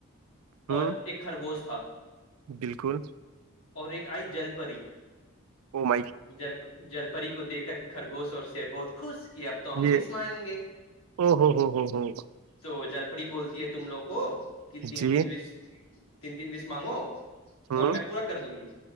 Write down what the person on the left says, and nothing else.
اور ایک خرگوش تھا
اور ایک آئی جل پری
جل جل پری کو دھ کر خرگوش اور شیر بہت خوش کہ اب تو ہم
بیس مانگیں گے
تو جل پڑری بولتی ہے تم لوگ کو کہ تین
تین بیس تین تین بیس مانگو
اور میں پورا کر دوں گی